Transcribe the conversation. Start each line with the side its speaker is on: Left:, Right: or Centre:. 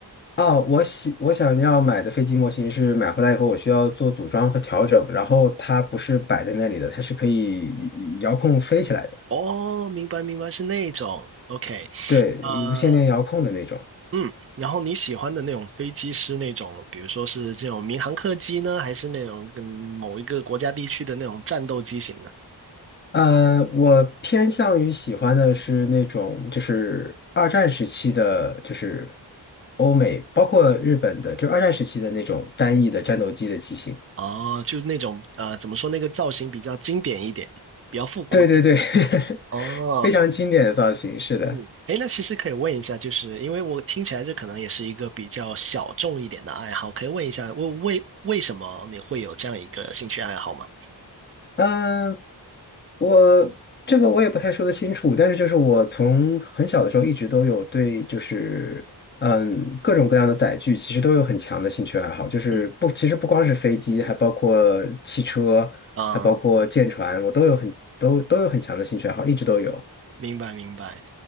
Left: 哦，我喜我想要买的飞机模型是买回来以后，我需要做组装和调整，然后它不是摆在那里的，它是可以遥控飞起来的，
Right: 哦，明白明白，是那种，OK，
Left: 对，
Right: 呃。
Left: 无线电遥控的那种。
Right: 嗯，然后你喜欢的那种飞机是那种，比如说是这种民航客机呢，还是那种跟某一个国家地区的那种战斗机型呢？
Left: 呃，我偏向于喜欢的是那种，就是二战时期的，就是欧美，包括日本的，就二战时期的那种单翼的战斗机的机型。
Right: 哦，就是那种呃，怎么说那个造型比较经典一点，比较复古一点。
Left: 对对对，
Right: 哦，
Left: <laughs>
Right: 哦明
Left: 非常经典的造型，是的。
Right: 嗯，哎，那其实可以问一下，就是因为我听起来这可能也是一个比较小众一点的爱好，可以问一下，为为为什么你会有这样一个兴趣爱好吗？
Left: 嗯，我这个我也不太说得清楚，但是就是我从很小的时候一直都有对就是嗯各种各样的载具其实都有很强的兴趣爱好，就是不其实不光是飞机，
Right: 嗯，
Left: 还包括汽车，
Right: 啊，
Left: 还包括舰船，我都有很都都有很强的兴趣爱好，一直都有。
Right: 明白明白。